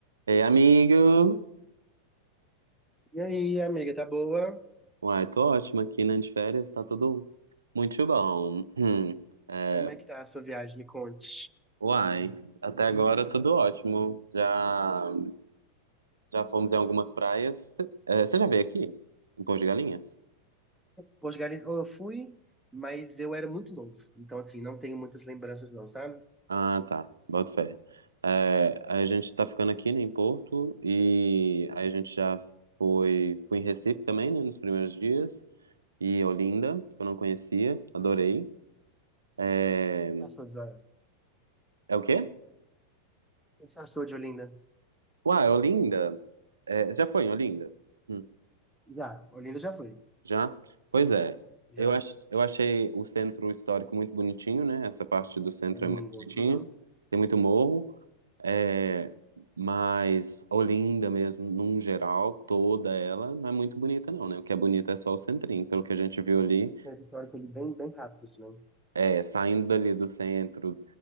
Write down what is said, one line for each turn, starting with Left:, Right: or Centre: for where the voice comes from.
Right: Ei, amigo!
Centre: E aí, amiga, tá boa?
Right: Uai, tô ótimo aqui, né, de férias, tá tudo muito bom. Hum, é,
Centre: Como é que tá a sua viagem? Me conte.
Right: uai, até agora tudo ótimo. Já, já fomos em algumas praias. Você já veio aqui? Em Porto de Galinhas?
Centre: Portugal, eu fui, mas eu era muito novo. Então, assim, não tenho muitas lembranças, não, sabe?
Right: Ah, tá, boto fé. É, a gente tá ficando aqui, né, em Porto, e aí a gente já foi, foi em Recife também, né, nos primeiros dias, e Olinda, que eu não conhecia, adorei. É,
Centre: O que você achou de, o
Right: é o quê?
Centre: que você achou de Olinda?
Right: Uai, Olinda? É, você já foi em Olinda? Hum,
Centre: Já, Olinda já foi.
Right: já? Pois é.
Centre: Já,
Right: Eu, ach, eu achei o centro histórico muito bonitinho, né? Essa parte do centro
Centre: Olinda.
Right: é muito bonitinha.
Centre: Uhum.
Right: Tem muito morro. É, mas Olinda mesmo, num geral, toda ela, não é muito bonita não, né? O que é bonito é só o centrinho. Pelo que a gente viu ali,
Centre: Centro histórico ali bem, bem rápido, assim, né?
Right: É, saindo dali do centro